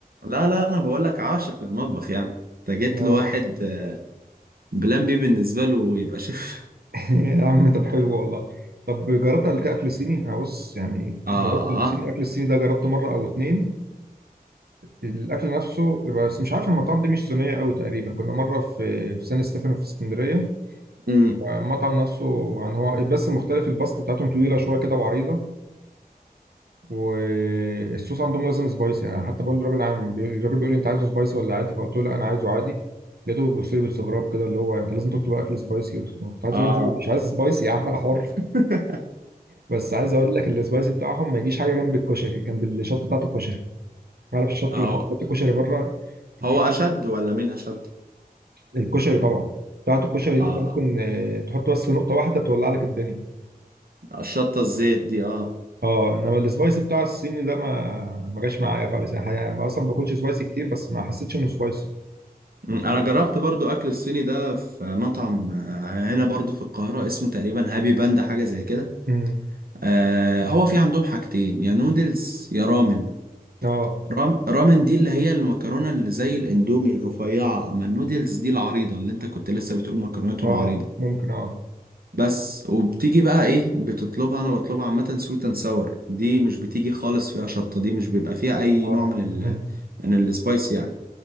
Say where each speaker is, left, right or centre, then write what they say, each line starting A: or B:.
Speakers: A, on the right; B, on the right.
A: لا لا انا بقول لك عاشق للمطبخ يعني انت جيت
B: اه
A: لواحد آه، بلان بي بالنسبه له يبقى شيف
B: <laughs> يا عم طب حلو والله طب جربت قبل كده اكل صيني انا بص يعني
A: <laughs> اه
B: جربت الصيني الاكل الصيني ده جربته مره او اتنين الاكل نفسه بس مش عارف المطاعم دي مش صينيه قوي تقريبا كنا مره في في سان ستيفانو في اسكندريه
A: امم
B: آه، المطعم نفسه يعني هو بس مختلف الباستا بتاعتهم طويله شويه كده وعريضه والصوص عندهم لازم سبايسي يعني حتى بقول للراجل عام بيقول- الراجل بيقول لي انت عايزه سبايسي ولا عادي فقلت له لا انا عايزه عادي لقيته بيبص لي باستغراب كده اللي هو انت لازم تطلب اكل سبايسي قلت له- كنت عايز
A: اه
B: اقول له مش عايز سبايسي يا عم انا حر
A: <laughs>
B: بس عايز اقول لك السبايسي بتاعهم ما يجيش حاجه جنب الكشري جنب الشطه بتاعت الكشري عارف الشطه
A: هو
B: اللي بتحط الكشري بره انت
A: هو
B: بتحط
A: اشد
B: منها
A: ولا مين اشد
B: الكشري طبعا بتاعت الكشري
A: اه
B: دي انت ممكن اه، تحط بس نقطه واحده تولع لك الدنيا
A: الشطه الزيت دي اه
B: اه انما السبايسي بتاع الصيني ده ما ما جاش معايا خالص يعني يعني ما اصلا باكلش سبايسي كتير بس ما حسيتش انه سبايسي
A: مم،
B: انت
A: انا جربت برضو اكل الصيني ده في مطعم آه، هنا برضو في القاهرة اسمه تقريبا هابي باندا حاجة زي كده
B: امم
A: آه هو في عندهم حاجتين يا نودلز يا رامن
B: اه
A: رام رامن دي اللي هي المكرونة اللي زي الاندومي الرفيعة اما النودلز دي العريضة اللي انت كنت لسه بتقول مكرونتهم
B: اه
A: عريضة
B: ممكن اه
A: بس وبتيجي بقى ايه بتطلبها انا بطلبها عامة سويت اند ساور دي مش بتيجي خالص فيها شطة دي مش بيبقى فيها اي
B: اه
A: نوع من ال
B: مهم.
A: من السبايس يعني